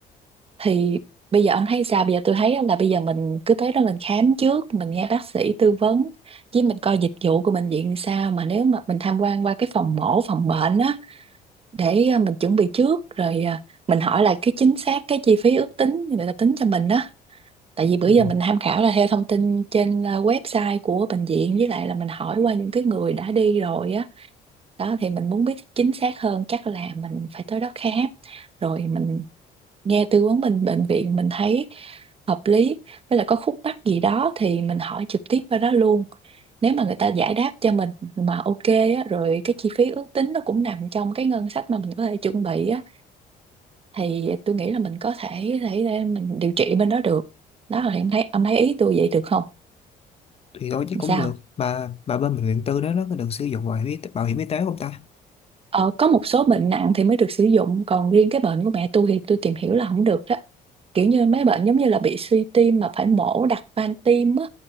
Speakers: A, on the right; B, on the left.
A: thì bây giờ ông thấy sao bây giờ tôi thấy là bây giờ mình cứ tới đó mình khám trước mình nghe bác sĩ tư vấn với mình coi dịch vụ của bệnh viện sao mà nếu mà mình tham quan qua cái phòng mổ phòng bệnh á để à, mình chuẩn bị trước rồi à, mình hỏi là cái chính xác cái chi phí ước tính người ta tính cho mình á tại vì bữa
B: Ừ.
A: giờ mình tham khảo là theo thông tin trên à, website của bệnh viện với lại là mình hỏi qua những cái người đã đi rồi á đó thì mình muốn biết chính xác hơn chắc là mình phải tới đó khám rồi mình nghe tư vấn bên bệnh viện mình thấy hợp lý với lại có khúc mắc gì đó thì mình hỏi trực tiếp qua đó luôn nếu mà người ta giải đáp cho mình mà ok á, rồi cái chi phí ước tính nó cũng nằm trong cái ngân sách mà mình có thể chuẩn bị á, thì tôi nghĩ là mình có thể để, để mình điều trị bên đó được đó là em thấy ông thấy ý tôi vậy được không
B: thì thôi chứ cũng
A: sao
B: được bà bà bên bệnh viện tư đó nó có được sử dụng bảo hiểm y tế, bảo hiểm y tế không ta
A: Ờ, có một số bệnh nặng thì mới được sử dụng còn riêng cái bệnh của mẹ tôi thì tôi tìm hiểu là không được đó kiểu như mấy bệnh giống như là bị suy tim mà phải mổ đặt van tim á